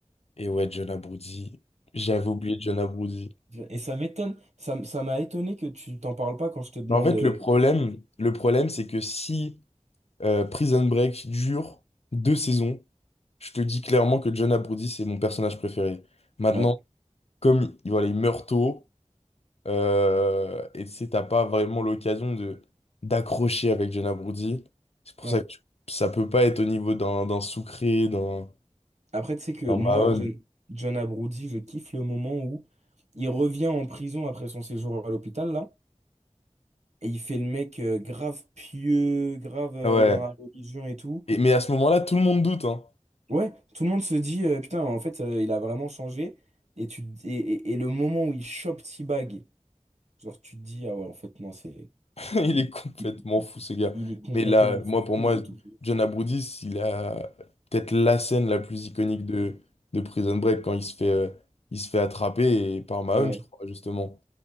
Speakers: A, on the left; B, on the right.
A: Et ouais, John Abruzzes, j'avais oublié John Abruzzes.
B: Et ça m'étonne, ça, m- ça m'a étonné que tu t'en parles pas quand je te demande.
A: Mais en fait,
B: euh,
A: le problème, le problème, c'est que si euh, Prison Break dure deux saisons, je te dis clairement que John Abruzzes, c'est mon personnage préféré. Maintenant,
B: Ouais,
A: comme il, voilà, il meurt tôt, euh, et tu sais, t'as pas vraiment l'occasion de d'accrocher avec John Abruzzes. C'est pour
B: ouais.
A: ça que tu- ça peut pas être au niveau d'un d'un Sucré, d'un
B: Après, tu sais que
A: d'un
B: moi,
A: Mahone.
B: John, John Abruzzi, je kiffe le moment où il revient en prison après son séjour à l'hôpital, là, et il fait le mec euh, grave pieux, grave euh,
A: Ah Ouais.
B: dans la religion et tout.
A: Et, mais à ce moment-là, tout le monde doute, hein.
B: Ouais, tout le monde se dit, euh, putain, en fait, euh, il a vraiment changé. Et, tu, te- et, et- et le moment où il chope T-Bag, genre, tu te dis, ah ouais, en fait, non, c'est.
A: <laughs> Il
B: Il,
A: est complètement
B: il- il-
A: fou, ce gars.
B: il est complètement
A: Mais là, moi,
B: fou,
A: pour moi,
B: il a tout.
A: John Aboudis, il a peut-être la scène la plus iconique de, de Prison Break quand il se fait, euh, il se fait attraper et par Mahone,
B: Ouais,
A: je crois, justement.